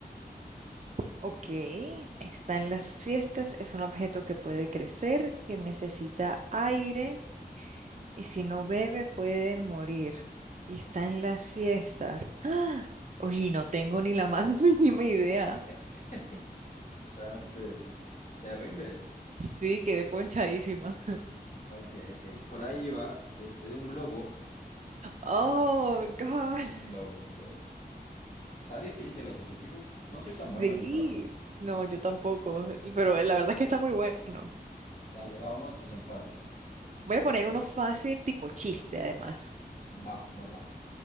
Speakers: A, on the right; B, on the left.
A: Ok, está en las fiestas, es un objeto que puede crecer, que necesita aire y si no bebe puede morir. Y está en las fiestas. ¡Ah! Uy, no tengo ni la más <laughs> mínima idea.
B: <laughs> Está un poquito difícil. ¿Te rindes?
A: Sí, quedé ponchadísima.
B: Ok, ok. Por ahí iba, este, un globo.
A: Oh, God.
B: Un globo, un globo. Está difícil los acertijos. No soy
A: Sí,
B: tan bueno yo, la verdad.
A: no, yo tampoco, pero la verdad es que está muy bueno.
B: Dale, vamos, pues empate.
A: Voy a poner uno fácil, tipo chiste, además.
B: Va, va, va.